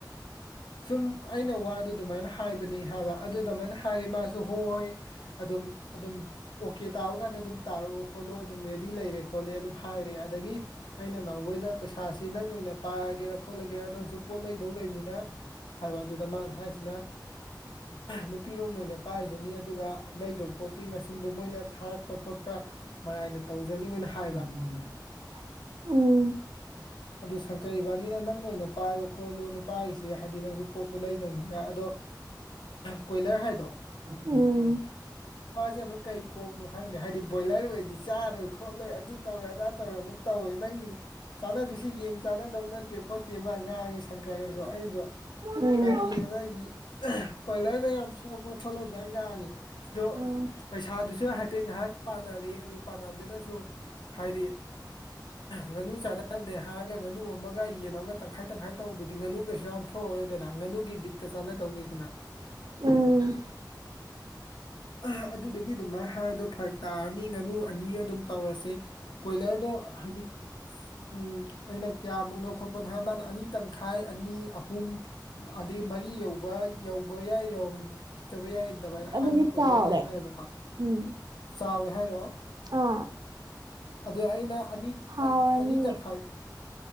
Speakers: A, on the left; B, on the right.
A: ꯁꯨꯝ ꯑꯩꯅ ꯋꯥꯗꯨ ꯑꯗꯨꯃꯥꯏꯅ ꯍꯥꯏꯕꯅꯤ ꯍꯥꯏꯕ ꯑꯗꯨꯗ ꯃꯥꯅ ꯍꯥꯏꯔ‌ꯦ ꯃꯥꯁꯨ ꯍꯣꯏ ꯑꯗꯨꯝ ꯑꯗꯨꯝ ꯑꯣꯀꯦ ꯇꯥꯕ ꯀꯥꯟꯗ ꯑꯗꯨꯝ ꯇꯥꯔꯛꯑꯣ ꯈꯣꯠꯂꯣ ꯑꯗꯨꯝ ꯔꯦꯗꯤ ꯂꯩꯔꯦ ꯈꯣꯠꯂꯦ ꯑꯗꯨꯝ ꯍꯥꯏꯔꯦ ꯑꯗꯒꯤ ꯑꯩꯅ ꯅꯍꯎꯕꯩꯗ ꯄꯩꯁꯥꯁꯤ ꯅꯪ ꯑꯣꯏꯅ ꯄꯥꯔꯒꯦꯔꯥ ꯈꯣꯠꯂꯒꯦꯔꯥ ꯅꯪ ꯁꯨ ꯄꯣꯠ ꯂꯩꯗꯧ ꯂꯩꯕꯅꯤꯅ ꯍꯥꯏꯕ ꯑꯗꯨꯗ ꯃꯥꯅ ꯍꯥꯏꯁꯤꯅ ꯅꯨꯄꯤꯔꯣꯝꯅ ꯑꯣꯏꯅ ꯄꯥꯏꯁꯤꯅꯤ ꯑꯗꯨꯒ ꯂꯩꯗꯧꯕ ꯄꯣꯠꯇꯨꯒꯤ ꯃꯁꯤꯡꯗꯣ ꯃꯣꯏꯅ ꯊꯥꯔꯛꯄ ꯈꯣꯠꯄ ꯃꯔꯥꯏꯅ ꯇꯧꯖꯅꯤꯅ ꯍꯥꯏꯕ
B: ꯎ ꯎꯝ
A: ꯑꯗꯨ ꯁꯪꯀꯩ ꯏꯕꯥꯅꯤꯅ ꯅꯪꯅ ꯑꯣꯏꯅ ꯄꯥꯏꯔꯨ ꯈꯣꯠꯂꯨ ꯅꯨꯄꯥꯒꯤꯁꯦ ꯍꯥꯏꯗꯤ ꯅꯪꯁꯨ ꯄꯣꯠꯇꯣ ꯂꯩꯗꯧꯅꯤꯅ ꯑꯗꯣ ꯀꯣꯏꯂꯔ ꯍꯥꯏꯗꯣ
B: ꯎꯝ
A: ꯃꯥꯁꯦ ꯑꯃꯨꯛ ꯀꯩ ꯀꯣꯛꯅꯣ ꯈꯪꯗꯦ ꯍꯥꯏꯗꯤ ꯕꯣꯏꯂꯔ ꯑꯣꯏꯔꯗꯤ ꯆꯥꯔꯣꯏ ꯈꯣꯠꯂꯣꯏ ꯑꯗꯨ ꯇꯧꯔꯣꯏ ꯑꯗꯥ ꯇꯧꯔꯣꯏ ꯑꯃꯨꯛ ꯇꯧꯔꯦ ꯅꯪ ꯆꯥꯟꯅꯗꯣꯏꯁꯤ ꯌꯦꯟ ꯆꯥꯟꯅꯗꯧ ꯅꯠꯇꯦ ꯈꯣꯠꯇꯦ ꯃꯥ ꯉꯥꯡꯉ‌ꯦ ꯁꯪꯀꯔꯅꯁꯨ ꯑꯩꯅꯁꯨ
B: ꯎꯝ
A: ꯀꯔꯤꯅꯣ ꯅꯪꯒꯤ ꯀꯣꯏꯂꯔꯗ ꯌꯥꯝ ꯆ‌ꯣꯞꯄ ꯈꯣꯠꯂꯗꯥꯏ ꯉꯥꯡꯉꯤ ꯑꯗꯣ
B: ꯎꯝ
A: ꯄꯩꯁꯥꯗꯨꯁꯨ ꯍꯥꯏꯐꯦꯠ ꯉꯥꯏꯍꯥꯛ ꯄꯥꯟꯅꯔ‌ꯦ ꯑꯗꯨ ꯄꯥꯟꯅꯕꯗꯨꯗꯁꯨ ꯍꯥꯏꯗꯤ ꯉꯥꯅꯨ ꯆꯥꯟꯅꯁ‌ꯦ ꯊꯥꯔꯒ ꯉꯥꯅꯨ ꯑꯃꯒ ꯌꯦꯟ ꯑꯃꯒ ꯇꯪꯈꯥꯏ ꯇꯪꯈꯥꯏ ꯇꯧꯕꯗꯨꯗꯤ ꯉꯥꯨꯒꯩꯁꯨ ꯌꯥꯝ ꯊꯣꯛꯑꯔꯣꯏꯗꯅ ꯉꯥꯅꯨꯒꯤꯕꯤ ꯍꯛꯇ ꯆꯥꯟꯅꯗꯧꯅꯤꯗꯅ
B: ꯎꯝ
A: ꯑ ꯑꯗꯨꯗꯨꯒꯤ ꯑꯗꯨꯃꯥꯏꯅ ꯍꯥꯏꯗꯣ ꯐꯔꯛ ꯇꯥꯔꯅꯤ ꯉꯥꯅꯨ ꯑꯅꯤ ꯑꯗꯨꯝ ꯇꯧꯔꯁꯤꯦ ꯀꯣꯏꯂꯔꯗꯣ ꯍꯥꯏꯗꯤ ꯎꯝ ꯑꯩꯅ ꯀꯌꯥꯃꯨꯛꯅ ꯈꯣꯠꯄꯅ ꯍꯥꯏ ꯃꯥꯅ ꯑꯅꯤ ꯇꯪꯈꯥꯏ ꯑꯅꯤ ꯑꯍꯨꯝ ꯑꯗꯩ ꯃꯔꯤ ꯌꯧꯕ ꯌꯧꯕ ꯌꯥꯏ ꯌꯧꯔꯝ ꯆꯠꯇꯕ ꯌꯥꯏ ꯑꯗꯨꯃꯥꯏꯅ
B: ꯑꯗꯨꯗꯤ
A: ꯍꯥꯏꯕ ꯀꯣꯏꯂꯔ
B: ꯆꯥꯎꯔꯦ
A: ꯂꯩ ꯍꯥꯏꯌꯦꯕꯀꯣ
B: ꯎꯝ
A: ꯆꯥꯎꯔꯦ ꯍꯥꯏꯔꯣ
B: ꯑꯥ
A: ꯑꯗ ꯑꯩꯅ ꯑꯅꯤ
B: ꯍꯥꯎꯔꯅꯤꯌꯦ
A: ꯑꯅꯤ ꯇꯪꯈꯥꯏ